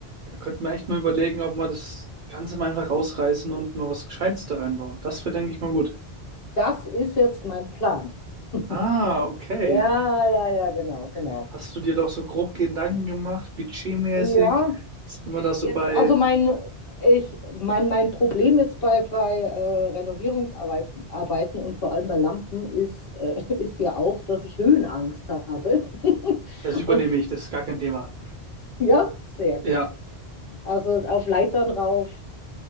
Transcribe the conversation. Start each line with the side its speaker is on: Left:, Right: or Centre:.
Right: Da könnte man echt mal überlegen, ob man das Ganze mal einfach rausreißen und mal was Gescheites da reinbauen. Das wäre, denke ich, mal gut.
Left: Das ist jetzt mein Plan. <laughs>
Right: Ah, okay.
Left: Ja, ja, ja, genau, genau.
Right: Hast du dir doch so grob Gedanken gemacht, budgetmäßig?
Left: Ja,
Right: Sind wir da so
Left: Jetzt,
Right: bei,
Left: also mein, ich, mein, mein Problem jetzt bei, bei äh, Renovierungsarbeiten Arbeiten und vor allem bei Lampen ist, äh, <laughs> ist ja auch, dass ich Höhenangst habe. <laughs>
Right: das übernehme
Left: Und
Right: ich, das ist gar kein Thema.
Left: ja, sehr gut.
Right: Ja,
Left: Also auf Leitern rauf,